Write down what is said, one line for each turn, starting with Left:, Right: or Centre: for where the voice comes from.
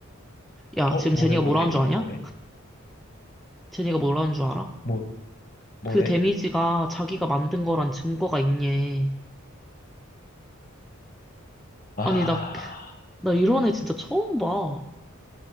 Centre: 야,
Left: 어,
Centre: 지금
Left: 뭐래,
Centre: 제니가
Left: 뭐래?
Centre: 뭐라는 줄
Left: 걔가
Centre: 아냐?
Left: 뭐래?
Centre: 제니가 뭐라는 줄 알아?
Left: 뭐, 뭐래?
Centre: 그 데미지가 자기가 만든 거란 증거가 있니?
Left: 아,
Centre: 아니, 나, 나 이런 애 진짜 처음 봐.